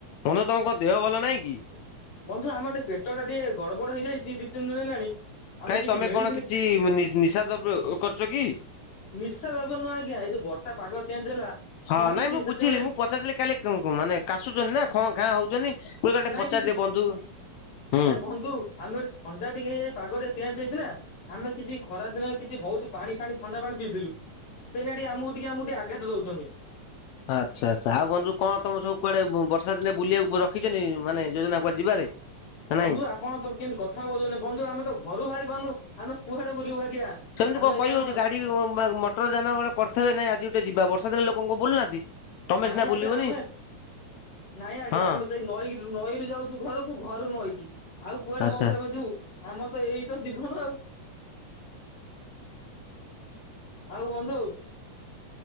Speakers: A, on the left; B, on the left.
A: ବନ୍ଧୁ ତମ ଦେହ ଭଲ ନାଇଁ କି?
B: ବନ୍ଧୁ ଆମର ଟିକେ ପେଟା ଟିକେ ଗଡ ବଡ ହେଇଯାଇଛି ଦି ତିନି ଦିନ ହେଲାଣି। ଆମେ
A: କାଇଁ
B: କିଛି
A: ତମେ
B: ମେଡିସିନ
A: କଣ କିଛି ନିଶା ଦର୍ବୀୟ କରୁଛ କି?
B: ନିଶା ଦର୍ବିୟ ନୁହ ଆଜ୍ଞା ଏଇ ଯଉ ବର୍ଷା ପାଗ ଚେଞ୍ଜ ହେଲା।
A: ହଁ
B: ଆମେ କିଛି
A: ନାଇଁ ମୁଁ ବୁଝିଲି
B: ସେତେବେଳେ
A: ମୁଁ ପଚାରଦଥିଲି କାଲି ମାନେ କାଶୁଛନ୍ତି ନା ଖ ଘାଁ ହଉଛନ୍ତି। ମୁଁ ଟିକେ
B: ନାଇଁ
A: ପଚାରିଦେ
B: କିଛି
A: ବନ୍ଧୁ ହୁଁ।
B: ନାଇଁ ବନ୍ଧୁ ଆମେ ଥଣ୍ଡା ଟିକେ ପାଗଟେ ଚେଞ୍ଜ ହେଇଛି ନା ଆମେ କିଛି ଖରା ଦିନ କିଛି ବହୁତ ପାଣି ଫାଣି ଥଣ୍ଡା ପାଣି ପିଇଥିଲୁ ଏଇନା ଟିକେ ଆମକୁ ଟିକେ ଆମକୁ ଟିକେ ଆଘାତ ଦଉଛନ୍ତି।
A: ଆଚ୍ଛା ଆଚ୍ଛା ଆଉ ବନ୍ଧୁ କଣ ତମ ସବୁକୁଆଡେ ବର୍ଷା ଦିନେ ବୁଲିବାକୁ ରଖିଛନ୍ତି ମାନେ ଯୋଜନା କୁଆଡେ ଯିବାରେ।
B: <inaudible>
A: ନା
B: ବନ୍ଧୁ
A: ନାଇଁ
B: ଆପଣ ତ କେମିତି କଥା କହୁଛନ୍ତି ବନ୍ଧୁ ଆମେ ତ ଘରୁ ବାହାରି ପାରୁନୁଆମେକୁଆଡେ ବୁଲିବୁ ଆଜ୍ଞା।
A: ସେମିତି
B: ଆମେ
A: କଣ କହି
B: ଏଇ ଆମ
A: ହଉଛି ଗାଡି ମଟର ଯାନା ବେଳେ କରିଥିବବେ ନାଇଁ ଆଜି ଗୋଟେ ଯିବା ବର୍ଷା ଦିନେ ଲୋକ ବୁଲୁନାହାନ୍ତି। ତମେ
B: ନାଇଁ
A: ସିନା ବୁଲିବନି
B: ଆଜ୍ଞା ଆମେ ନାଇଁ ଆଜ୍ଞା
A: ହଁ
B: ଆମେ ତଇ ନଈ ନଈରୁ ଯାଉଛୁ ଘରକୁ ଘରୁ ନଇକି ଆଉ କୁଆଡେ
A: ଆଚ୍ଛା
B: ବନ୍ଧୁ ଆମେ ଯିବୁ। ଆମର ତ ଏଇ ତ ଜୀବନ ଆଉ। ଆଉ ବନ୍ଧୁ।